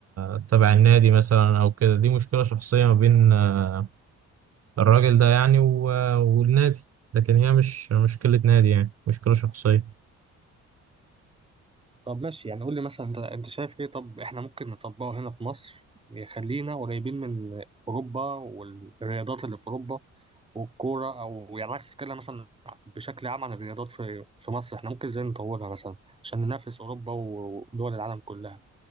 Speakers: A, on the right; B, on the right.
A: تبع النادي مثلا أو كده دي مشكلة شخصية ما بين آه، الراجل ده يعني و- آه، والنادي لكن هي مش مشكلة نادي يعني مشكلة شخصية
B: طب ماشي يعني قول لي مثلا أنت أنت شايف إيه طب إحنا ممكن نطبقه هنا في مصر يخلينا قريبين من أوروبا والرياضات اللي في أوروبا والكورة أو يعني عايز تتكلم مثلا بشكل عام عن الرياضات في في مصر إحنا ممكن إزاي نطورها مثلا عشان ننافس أوروبا ودول العالم كلها